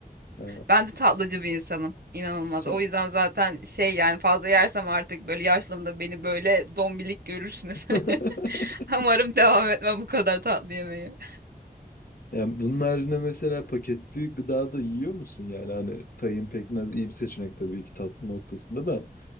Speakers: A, on the left; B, on the right.
A: Ee,
B: Ben de tatlıcı bir insanım. İnanılmaz.
A: son.
B: O yüzden zaten şey yani fazla yersem artık böyle yaşlımda beni böyle dombilik görürsünüz.
A: <laughs>
B: <laughs> Umarım devam etmem bu kadar tatlı yemeği.
A: Yani bunun haricinde mesela paketli gıda da yiyor musun? Yani hani tahin pekmez iyi bir seçenek tabii ki tatlı noktasında da